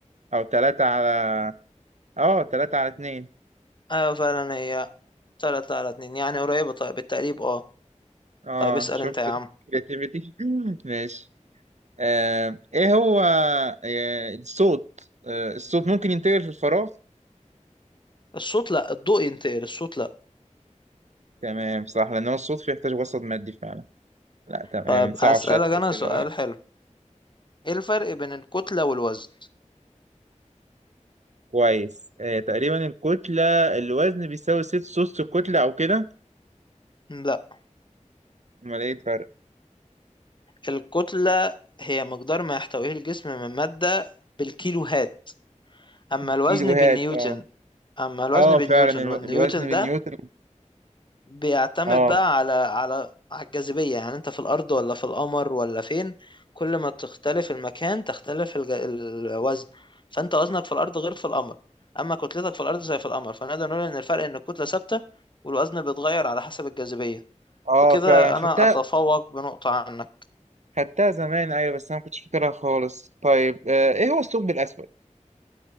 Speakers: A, on the right (about 65°); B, on the left (about 40°).
A: أو تلاتة على اه تلاتة على اتنين
B: أيوة فعلا هي تلاتة على اتنين يعني قريبة طيب بالتقريب اه
A: اه
B: طيب اسأل
A: شفت
B: انت يا عم
A: الكرياتيفيتي <laughs> ماشي آه، ايه هو آه، الصوت آه، الصوت ممكن ينتقل في الفراغ
B: الصوت لا الضوء ينتقل الصوت لا
A: تمام صح لان هو الصوت فيه يحتاج وسط مادي فعلا لا تمام
B: طيب
A: صعب
B: اسألك
A: شويه في
B: انا
A: الاسئله
B: سؤال
A: بقى
B: حلو ايه الفرق بين الكتلة والوزن
A: <laughs> كويس آه، تقريبا الكتله الوزن بيساوي ست سدس الكتله او كده
B: لا
A: امال ايه الفرق
B: الكتلة هي مقدار ما يحتويه الجسم من مادة بالكيلوهات اما
A: الكيلوهات
B: الوزن بالنيوتن
A: اه
B: اما الوزن
A: اه
B: بالنيوتن
A: فعلا الو-
B: والنيوتن
A: الوزن بالنيوتن
B: ده بيعتمد
A: اه
B: بقى على على على الجاذبية يعني انت في الأرض ولا في القمر ولا فين كل ما تختلف المكان تختلف الج... الوزن فانت وزنك في الأرض غير في القمر أما كتلتك في الأرض زي في القمر فنقدر نقول إن الفرق إن الكتلة ثابتة والوزن بيتغير على حسب الجاذبية
A: اه
B: وكده
A: فعلا خدتها
B: أنا أتفوق بنقطة عنك
A: خدتها زمان ايوه بس انا ما كنتش فاكرها خالص طيب آه، ايه هو الثقب الاسود